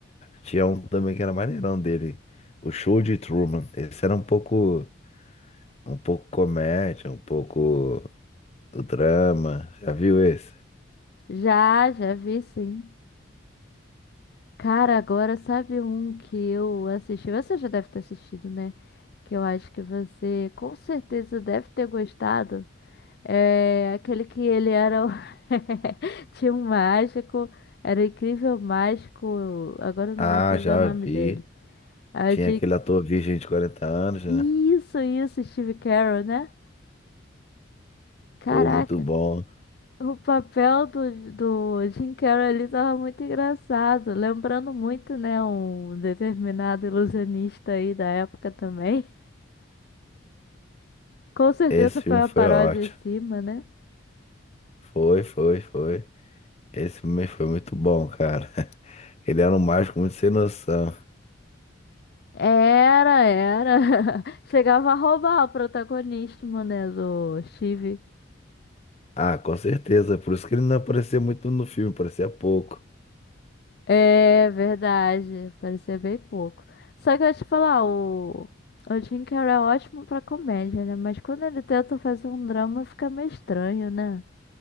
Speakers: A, on the left; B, on the left.
A: tinha um também que era maneirão dele, o Show de Truman. Esse era um pouco, um pouco comédia, um pouco do drama. Já viu esse?
B: Já, já vi, sim. Cara, agora sabe um que eu assisti? Você já deve ter assistido, né? Que eu acho que você com certeza deve ter gostado. É aquele que ele era. o- <laughs> Tinha um mágico, era o incrível mágico. Agora eu não
A: Ah,
B: vou saber
A: já
B: o nome
A: vi.
B: dele. A
A: Tinha
B: gente...
A: aquele ator virgem de 40 anos, né?
B: Isso, isso, Steve Carell, né? Caraca.
A: Pô, muito bom.
B: O papel do, do Jim Carrey ali tava muito engraçado, lembrando muito, né, um determinado ilusionista aí da época também. <laughs> Com certeza
A: Esse
B: foi
A: filme
B: uma
A: foi
B: paródia
A: ótimo.
B: em cima, né?
A: Foi, foi, foi. Esse filme foi muito bom, cara. <laughs> Ele era um mágico muito sem noção.
B: Era, era. <laughs> Chegava a roubar o protagonismo, né, do Steve.
A: Ah, com certeza. Por isso que ele não aparecia muito no filme, aparecia pouco.
B: É verdade, parecia bem pouco. Só que eu ia te falar, o, o Jim Carrey é ótimo pra comédia, né? Mas quando ele tenta fazer um drama fica meio estranho, né?